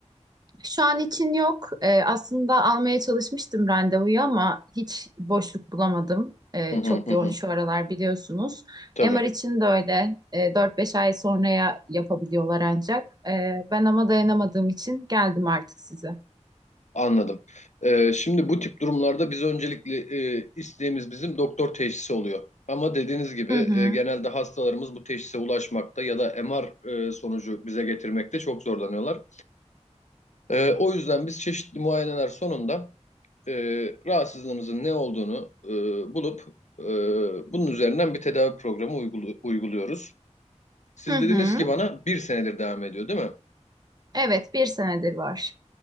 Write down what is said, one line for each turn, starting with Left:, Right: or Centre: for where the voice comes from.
Right: Şu an için yok. Ee, aslında almaya çalışmıştım randevuyu ama hiç boşluk bulamadım. Ee,
Left: Hı hı
Right: çok
Left: hı.
Right: yoğun
Left: hı.
Right: şu aralar biliyorsunuz.
Left: Tabii.
Right: MR için de öyle. Ee, 4-5 ay sonraya yapabiliyorlar ancak. Ee, ben ama dayanamadığım için geldim artık size.
Left: Anladım. Ee, şimdi bu tip durumlarda biz öncelikli e, isteğimiz bizim doktor teşhisi oluyor. Ama dediğiniz gibi
Right: Hı hı.
Left: e, genelde hastalarımız bu teşhise ulaşmakta ya da MR e, sonucu bize getirmekte çok zorlanıyorlar. E, o yüzden biz çeşitli muayeneler sonunda e, rahatsızlığınızın ne olduğunu e, bulup e, bunun üzerinden bir tedavi programı uygulu- uyguluyoruz. Siz
Right: Hı hı.
Left: dediniz ki bana bir senedir devam ediyor, değil mi?
Right: Evet, bir senedir var.